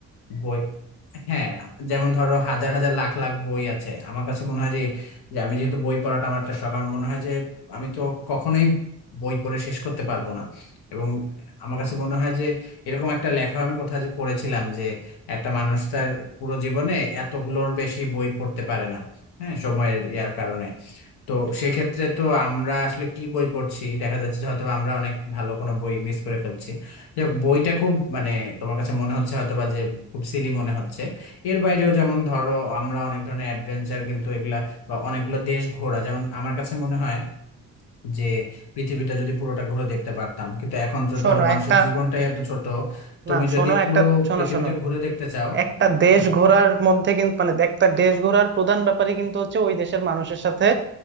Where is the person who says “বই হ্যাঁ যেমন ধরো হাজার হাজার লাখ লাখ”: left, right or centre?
Left